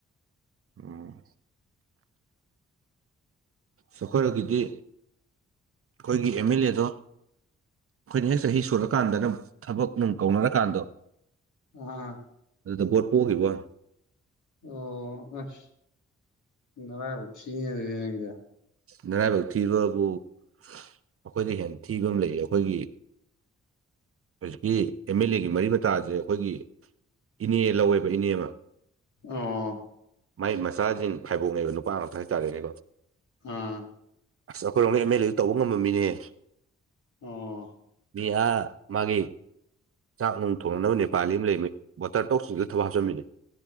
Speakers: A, on the right; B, on the left.
A: ꯎꯝ ꯑꯩꯈꯣꯏꯔꫭꯝꯒꯤꯗꯤ ꯑꯩꯈꯣꯏꯒꯤ ꯑꯦꯝ ꯃꯦꯂꯦꯗꫭ ꯑꯩꯈꯣꯏꯅ ꯍꯦꯛ ꯆꯍꯤ ꯁꯨꯔꯀꯥꯟꯗꯅ ꯊꯕꯛ ꯅꯨꯡ ꯀꯧꯅꯔꯀꯥꯟꯗꯣ
B: ꯑ
A: ꯑꯗꯨꯗ ꯚꯣꯠ ꯄꯣꯒꯤꯕꫭꯋꯥꯅꯤ
B: ꯑꯣ ꯑꯁ ꯅꯔꯥꯏꯕꯛ ꯊꯤꯅꯦ ꯑꯗꯨꯗꯤ ꯅꯪꯖꯦ
A: ꯅꯔꯥꯏꯕꯛ ꯊꯤꯕꯕꯨ ꯑꯩꯈꯣꯏꯗꯩ ꯍꯦꯟ ꯊꯤꯕ ꯑꯃ ꯂꯩꯌꯦ ꯑꯩꯈꯣꯏꯒꯤ ꯍꯧꯖꯤꯛꯀꯤ ꯑꯦꯝ ꯑꯦꯜ ꯑꯦꯒꯤ ꯃꯔꯤ ꯃꯇꯥꯁꯦ ꯑꯩꯈꯣꯏꯒꯤ ꯏꯅꯦ ꯂꯧꯋꯦꯕ ꯏꯅꯦ ꯑꯃ
B: ꯑꯣ
A: ꯃꯥꯏ ꯃꯆꯥꯖꯤꯡ ꯐꯥꯏꯕꯣꯛꯅꯦꯕ ꯅꯨꯄꯥ ꯉꯥꯛꯇ ꯍꯥꯏꯇꯥꯔꯦꯅꯦꯀꯣ
B: ꯑꯥ
A: ꯑꯁ ꯑꯩꯈꯣꯏꯔꯣꯝꯒꯤ ꯑꯦꯝ ꯑꯦꯜ ꯑꯦꯖꯦ ꯇꯧꯕ ꯉꯝꯕ ꯃꯤꯅꯤꯍꯦ
B: ꯑꯣ
A: ꯃꯤ ꯑꯥ ꯃꯥꯒꯤ ꯆꯥꯛ ꯅꯨꯡ ꯊꯣꯡꯅꯕ ꯅꯦꯄꯥꯂꯤ ꯑꯃ ꯂꯩꯃꯤ ꯕꯣꯇꯔ ꯊꯣꯛ ꯆꯟꯖꯜꯂꯥ ꯊꯕꯛ ꯍꯥꯞꯆꯤꯟꯕꯤꯅꯤ